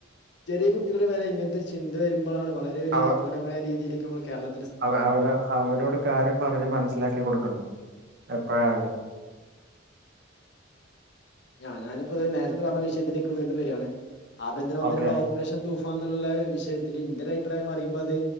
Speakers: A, on the left (about 60°); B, on the right (about 55°).
A: ചെറിയ കുട്ടികളുവരെ ഇങ്ങനത്തെ ഒരു ചിന്ത വരുമ്പളാണ് വളരെ ഒരു
B: അവ
A: അപകടമായ രീതിയിലേക്ക് നമ്മൾ കേരള
B: അവ അവര് അവരോട് കാര്യം പറഞ്ഞുമനസ്സിലാക്കി കൊടുക്കണം എപ്പഴായാലും.
A: ഞാൻ ഞാനിപ്പത് നേരത്തെ പറഞ്ഞ വിഷയത്തിലേക്ക് വീണ്ടുംവരാണ് ആഭ്യന്തരമന്ത്രിയുടെ
B: ഓക്കെ
A: ഓ റേഷൻ തൂഫാൻ എന്നുള്ള വിഷയത്തില് എന്റൊരു അഭിപ്രായം പറയുമ്പോ അത്